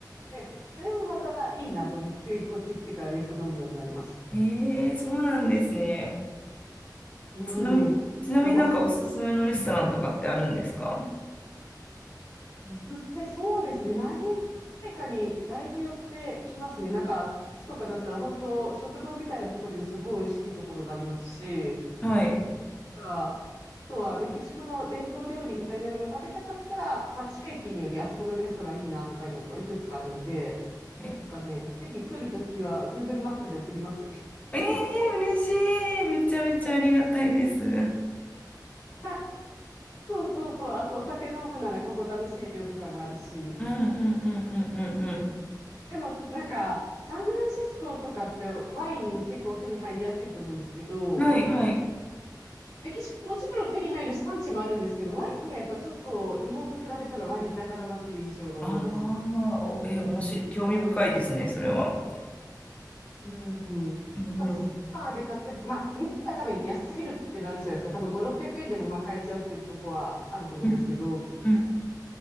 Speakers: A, on the left (about 45°); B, on the left (about 20°).
A: ね、あれもまたいいなと思って、こっち来てからよく飲むようになりました。
B: うん。ええそうなんですね。
A: うん。
B: ちなみに、ちなみになんかおすすめのレストランとかってあるんですか
A: でも、わ、で、まねそうですね。何がかにだいぶ寄ってきますね。なんか、とかだったら本当、食堂みたいなとこでもすごい美味しいところがありますし、
B: はい。
A: あとはメキシコの伝統料理みたいなのが食べたかったら、まあ、地域によりあそこのレストランいいなとかいうのがいくつかあるんで、
B: え
A: なんかね、ぜひ来るときは Google マップで送りますよ。
B: えー、嬉しい。めちゃめちゃありがたいです。うん
A: <laughs> そうそうそう。あとお酒飲むならここ楽しいよとかもあるし。
B: うんうんうんうん
A: でも、なんか、サンフランシスコとかってワイン結構手に入りやすいと思うんですけど、
B: うん。はいはい。
A: メキシコもちろん手に入るし産地もあるんですけど、ワインがやっぱちょっと日本と比べたら割高だなっていう印象なんですよね。
B: ああ、お、え、もし、興味深いですね、それは。
A: うん。まあスーパーで買って、
B: うんうん
A: まあ、日本が多分安すぎるっていうのあるじゃないですか。多分5、600円でもまあ買えちゃうっていうところはあると思うんですけど、
B: うんうん